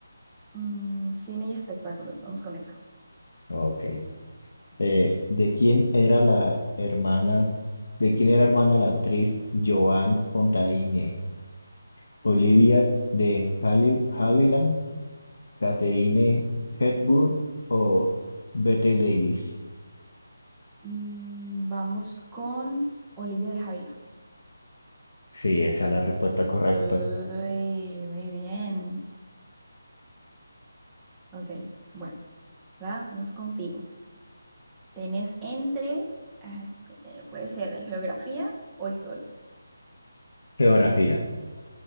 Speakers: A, in the centre; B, on the left.
A: Mm, cine y espectáculos, vamos con eso.
B: Ok. Eh, ¿de quién era la hermana, de quién era hermana la actriz Joan Fontaine? ¿Olivia
A: Ok.
B: de Hali- Havilland, Catherine Hepburn o Bette Davis?
A: Mm, vamos con Olivia de Havilland.
B: Sí, esa es la respuesta correcta.
A: Uy, muy bien. Ok, bueno, ¿verdad? Vamos contigo. Tenés entre, ah, eh, puede ser de geografía o historia.
B: Geografía.